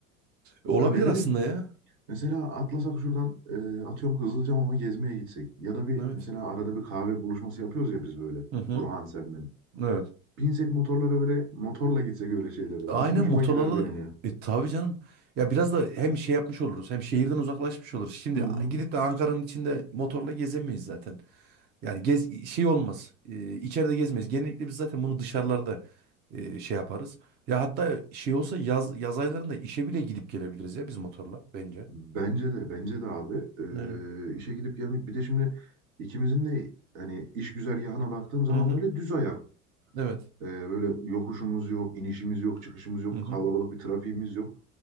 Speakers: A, on the right; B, on the right.
A: Olabilir
B: Ya ne bileyim.
A: aslında ya.
B: Mesela atlasak şuradan e, atıyorum Kızılcamam'a gezmeye gitsek. Ya da bir
A: Evet.
B: mesela arada bir kahve buluşması yapıyoruz ya biz böyle.
A: Hı hı.
B: Burhan sen ben.
A: Evet.
B: Binsek motorlara böyle motorla gitsek öyle şeylere.
A: Aynen
B: Nasıl hoşuma
A: motorlara
B: gider benim
A: da
B: ya.
A: e, tabii canım. Ya biraz da hem şey yapmış oluruz hem şehirden uzaklaşmış oluruz. Şimdi
B: Hı hı.
A: gidip de Ankara'nın içinde motorla gezemeyiz zaten. Yani gez şey olmaz. E, içeride gezmeyiz. Genellikle biz zaten bunu dışarılarda e, şey yaparız. Ya hatta şey olsa yaz yaz aylarında işe bile gidip gelebiliriz ya biz motorla bence.
B: Bence de bence de abi.
A: Aynen.
B: E, işe gidip gelmek. Bir de şimdi ikimizin de hani iş güzergahına baktığım zaman
A: Hı hı.
B: böyle düz ayak.
A: Evet.
B: Ee, böyle yokuşumuz yok, inişimiz yok, çıkışımız yok,
A: Hı hı.
B: kalabalık bir trafiğimiz yok.